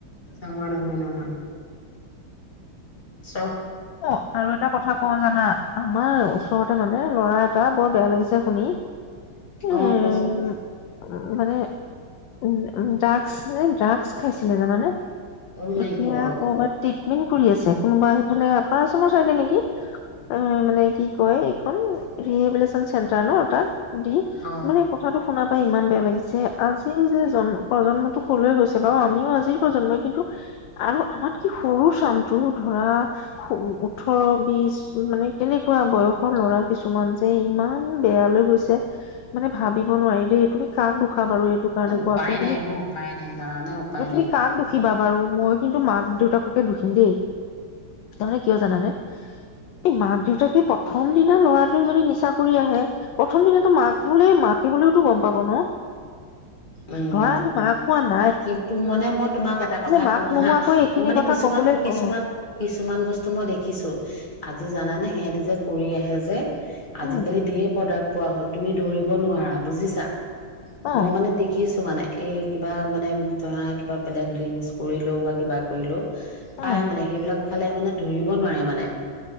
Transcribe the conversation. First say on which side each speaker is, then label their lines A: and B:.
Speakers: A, on the left; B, on the left.
A: নহয় নহয় নহয় ফুচ
B: অ আৰু এটা কথা কওঁ জানা আমাৰ ওচৰতে মানে ল'ৰা এটা বৰ বেয়া লাগিছে শুনি, উম
A: অ কোৱাচোন
B: মানে উ ড্ৰাগছ যে ড্ৰাগছ খাইছিলে জানানে?
A: অ মাই
B: এতিয়া
A: গড
B: কবাত, মেইন কৰি আছে কোনোবা সেইফালে ৰ চাইডে নেকি এ মানে কি কয় এইখন ৰিহেবিলচন চেন্টাৰ ন তাত <unintelligible> দি
A: অ
B: মানে কথাটো শুনা ইমান বেয়া লাগিছে আজি যে জন্ম প্ৰজন্মটো কলে গৈছে বাৰু আমিও আজিৰ প্ৰজন্মই কিন্তু আৰু আমাত কে সৰু চামটো ধৰা ওঠৰ বিশ মানে এনেকুৱা বয়সৰ ল'ৰা কিছুমান যে ইমান বেয়া লৈ গৈছে মানে ভাবিব নোৱাৰি দেই তুমি কাক দোষ <unintelligible> বাৰু এইটো কাৰণে
A: উপায়
B: কোৱাচোন তুমি
A: নাই অ উপায় নাই জানানে উপায়
B: তুমি
A: নাই।
B: কাক দুখিবা বাৰু মই কিন্তু মাক দেউতাককে দুষিম দেই তাৰমানে কিয় জানানে এই মাক দেউতাকে প্ৰথম দিনা লৰাটোৱে যদি নিচা কৰি আহে প্ৰথম দিনাাতটো মাকে হলে মাকে হলেও টো গম পাব ন
A: উম
B: ধৰা আমি মা খোৱা ন
A: কিন্তু মানে মই তোমাক এটা কথা
B: মাক
A: কওঁ
B: নোহোৱাকৈ
A: হা
B: এইখিনি
A: মই মানে
B: কথা
A: কিছুমান
B: কবলৈ
A: কিছুমান
B: অ
A: <unintelligible> কিছুমান বস্তু মই দেখিছো আজি জানানে সিহঁতি যে কৰি আহে যে আজিকালি
B: উম
A: দিয়ে প্ৰডাক্ট পোৱা হল তুমি ধৰিব নোৱাৰা বুজিছা
B: অ
A: মই মানে দেখিছো মানে? এই কিবা মানে ধৰা কিবা বেলেগ ড্ৰিংকচ কৰি লোও বা কিবা কৰিলও,
B: উম
A: পাই মানে সেইবিলাক খালে মানে ধৰিব নোৱাৰে মানে